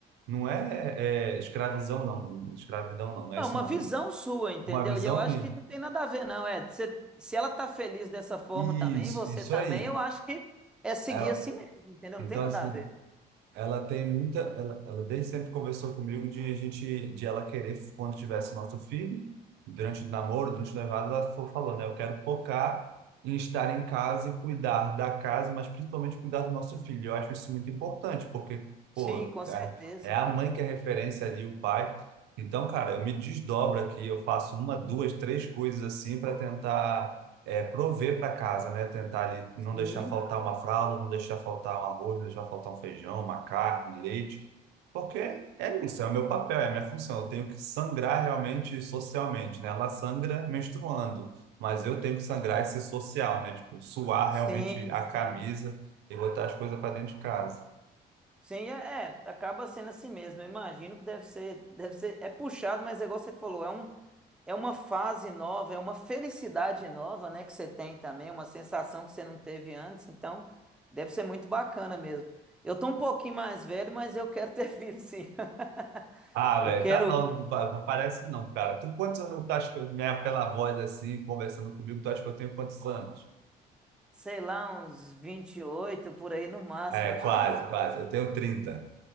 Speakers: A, on the right (about 80°); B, in the centre.
A: Não é, é escravidão, não, escravidão, não, não
B: Não,
A: é isso,
B: uma
A: não,
B: visão
A: mano.
B: sua, entendeu?
A: Uma visão
B: E eu acho
A: minha.
B: que não tem nada a ver, não. É, se, se ela tá feliz dessa forma
A: Isso,
B: também, você
A: isso
B: também,
A: aí.
B: eu acho que é seguir
A: É,
B: assim mesmo, entendeu?
A: Então,
B: Não tem nada
A: assim,
B: a ver.
A: ela tem muita. Ela, ela desde sempre conversou comigo de a gente, de ela querer, quando tivesse nosso filho, durante o namoro, durante o noivado, ela fo- falou, né? Eu quero focar em estar em casa e cuidar da casa, mas principalmente cuidar do nosso filho. Eu acho isso muito importante, porque,
B: Sim,
A: pô,
B: com certeza.
A: é é a mãe que é referência ali, o pai. Então, cara, eu me desdobro aqui, eu faço uma, duas, três coisas assim para tentar é, prover para casa, né? Tentar ali
B: Sim,
A: não deixar faltar uma fralda, não deixar faltar um arroz, não deixar faltar um feijão, uma carne, um leite, porque é isso, é o meu papel, é a minha função. Eu tenho que sangrar realmente socialmente, né? Ela sangra menstruando, mas eu tenho que sangrar esse social, né? Tipo, suar
B: sim,
A: realmente a
B: sim.
A: camisa e botar as coisas para dentro de casa.
B: Sim, é, é, acaba sendo assim mesmo. Eu imagino que deve ser, deve ser, é puxado, mas é igual você falou, é um, é uma fase nova, é uma felicidade nova, né, que você tem também, uma sensação que você não teve antes, então deve ser muito bacana mesmo. Eu tô um pouquinho mais velho, mas eu quero ter filho, sim. <laughs>
A: Ah,
B: Eu
A: velho,
B: quero,
A: tá não, não pa- não parece não, cara. Tu quantos anos tu acha que eu- minha, pela voz assim, conversando comigo, tu acha que eu tenho quantos anos?
B: sei lá, uns 28 por aí no máximo,
A: É,
B: acho
A: quase,
B: que não.
A: quase. Eu tenho 30.